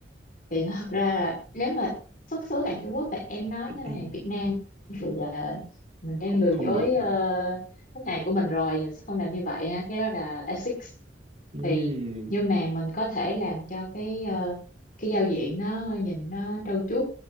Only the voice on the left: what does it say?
thì thật ra là nếu mà xuất xứ hàng Trung Quốc thì em nói
nó là hàng Việt Nam thì là mình đang
lừa
dối
ờ,
khách hàng của mình rồi thì mình sẽ không làm như vậy ha cái đó là ethics
thì nhưng mà mình có thể làm cho cái ờ, cái giao diện nó nhìn nó trau chuốt